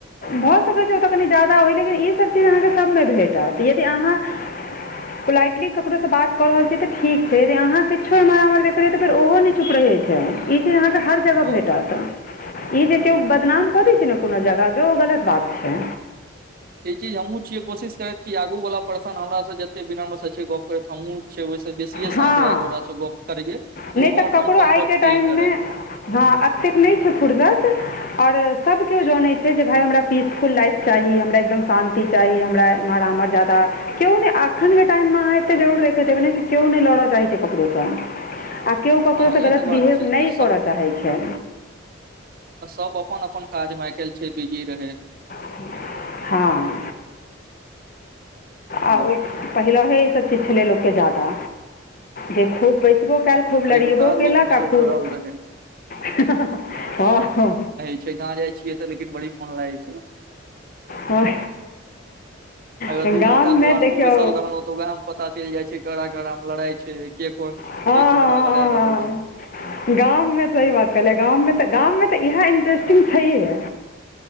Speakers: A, on the left (about 45°); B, on the right (about 50°).
A: भऽ सकै छै ओतऽ कनि ज्यादा होइ लेकिन ईसभ चीज अहाँके सभमे भेटत यदि अहाँ <unintelligible> पोलाइटली ककरो से बात क रहल छी त ठीक छै अहाँ किछो एमह आमह देखेै त फेरहो न च छुप रहे छै। ई चीज अहाँके हर जगह
B: हँ
A: भेटत ई जे केओ बदनाम कऽ दै छै ने कोनो जगह के ओ गलत बात छै।
B: ई चीज हमहुूँ छीियै कोशिश करैत क आगू वाला पर्सन हमराास जते बिनाम गप करैत हमहुँ छै ओहिस बेसीए
A: हँ
B: शान्त भएके ओकरासँ गप्प करिय कि
A: नहि
B: ओ हमर
A: तऽ ककरो
B: सब कम्फर्ट
A: आइके
B: फील
A: टाइममे
B: करे।
A: हँ एतेक नहि छै फूर्सस और सब केओ
B: जी
A: जानैत छै। छै जे भाइ हमरा पीसफुल लाइफ चाही हमरा एकदम शान्ति चाही हमरारामर जा्यदा क्यो नहि आखन के टाइममेे जरूर देख देबै नहि क्यो नहि लौड़ा चाही छै कपड़ेसँ केओ ककरोसँ
B: हँ
A: गलत
B: ई तऽ बात
A: बिहेव
B: छै
A: नहि
B: सब
A: करऽ चाहैत छै।
B: अ सब अपन अपन काजमे आइकाल्हि छै बिजी रहै।
A: <unintelligible> हँ
B: जी
A: आ ओ पहिलहे ई सब चीज छलै लोकके जादाा जे खूब बैसबो कयल खूब
B: पहिलुका
A: लड़ियबो
B: लोक
A: केल
B: मे
A: क
B: तऽ
A: खूब
B: भरल रहै छै।
A: <unintelligible> हँ ह
B: जहाँ जाइ छियै तऽ लेकिन बड़ी मोन लागै छै न। <unintelligible>
A: हँ
B: अगर
A: हँ
B: दू
A: गाममे
B: घं्टा दु्वारपो
A: देखियौ
B: बैसल रहलहुं तऽ वएह प पता चलि जाइ छै घड़ा घड़ा मे लड़ाइ छै के कोन
A: हँ हँ
B: लड़ाऽ रहल छैय।
A: हँ गाममे सही बात कहलियए गाममे त गाममे त इहे इंटरेस्टिंग छैहे।